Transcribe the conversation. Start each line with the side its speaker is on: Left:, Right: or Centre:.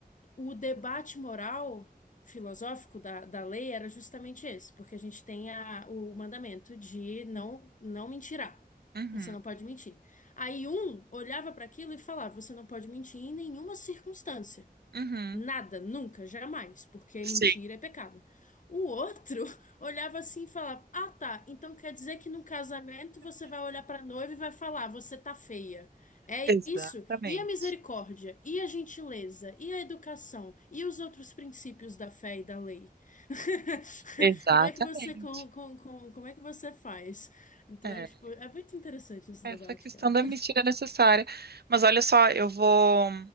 Left: o debate moral filosófico da, da lei era justamente esse, porque a gente tem a, o mandamento de não não mentirá.
Right: uhum,
Left: Você não pode mentir. Aí um olhava para aquilo e falava: você não pode mentir em nenhuma circunstância.
Right: uhum.
Left: Nada, nunca, jamais, porque
Right: Sim,
Left: mentira é pecado. O outro <laughs> olhava assim e falava: Ah, tá, então quer dizer que num casamento você vai olhar pra noiva e vai falar: Você tá feia. É
Right: exatamente.
Left: isso? E a misericórdia? E a gentileza? E a educação? E os outros princípios da fé e da lei? <laughs>
Right: Exatamente.
Left: Como é que você, com, com, com, como é que você faz? Então,
Right: É.
Left: tipo, é muito interessante esse
Right: Essa
Left: debate,
Right: questão
Left: cara.
Right: da mentira é necessária. Mas olha só, eu vou.